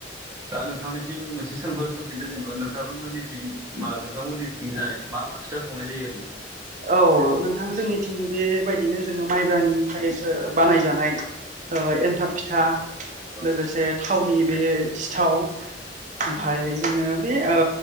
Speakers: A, on the right (about 20°); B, on the right (about 40°).
A: दा नोंथांनिसिम मोनसे सोंलु सोंफिनदों जेनेबा नोंथांमोननिसिम मा नोंथांमोननिथिंजाय मा मा फिथा सावनाय जायो ओरैनो
B: औ नोंथां जोंनिथिं बे बायदिनो जोङो माइब्रानिफ्राय बानायजानाय ओ एन्थाब फिथा
A: औ
B: लोगोसे थावनि बे सिथाव ओमफ्राय
A: औ
B: जोङो बे ओ